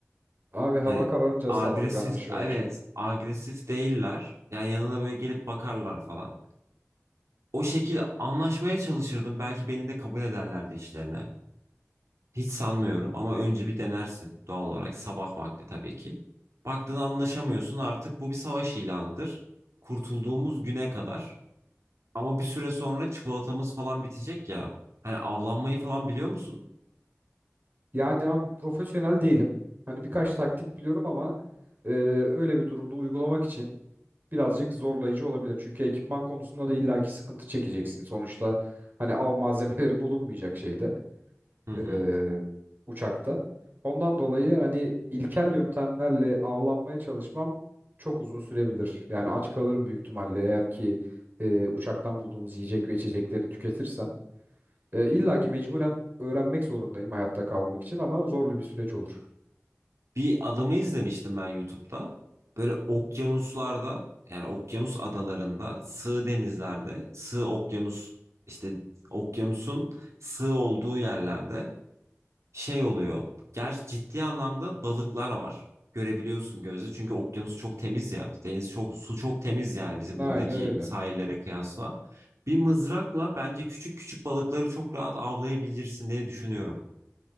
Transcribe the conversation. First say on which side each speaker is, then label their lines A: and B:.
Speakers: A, on the right (about 40°); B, on the right (about 75°).
A: Abi hava
B: Hani
A: kararınca
B: agresif
A: saldırganlaşıyorlar.
B: evet agresif değiller. Yani yanına böyle gelip bakarlar falan. O şekil anlaşmaya çalışırdım. Belki beni de kabul ederlerdi işlerine. Hiç sanmıyorum ama önce bir denersin doğal olarak sabah vakti tabii ki. Baktın anlaşamıyorsun artık bu bir savaş ilanıdır. Kurtulduğumuz güne kadar Ama bir süre sonra çikolatamız falan bitecek ya. Hani avlanmayı falan biliyor musun?
A: Yani abi profesyonel değilim. Hani birkaç taktik biliyorum ama e, öyle bir durumda uygulamak için birazcık zorlayıcı olabilir. Çünkü ekipman konusunda da illaki sıkıntı çekeceksin. Sonuçta hani av malzemeleri <laughs> bulunmayacak şeyde.
B: Hı hı.
A: e, uçakta. Ondan dolayı hani ilkel yöntemlerle avlanmaya çalışmam çok uzun sürebilir. Yani aç kalırım büyük ihtimalle eğer ki e, uçaktan bulduğumuz yiyecek ve içecekleri tüketirsem. E, illa ki mecburen öğrenmek zorundayım hayatta kalmak için ama zorlu bir süreç olur.
B: Bir adamı izlemiştim ben YouTube'da. Böyle okyanuslarda yani okyanus adalarında sığ denizlerde sığ okyanus işte okyanusun sığ olduğu yerlerde şey oluyor. Gerçi ciddi anlamda balıklar var. Görebiliyorsun gözle. Çünkü okyanus çok temiz ya. Deniz çok, su çok temiz yani bizim
A: Aynen
B: buradaki
A: öyle.
B: sahillere kıyasla. Bir mızrakla bence küçük küçük balıkları çok rahat avlayabilirsin diye düşünüyorum.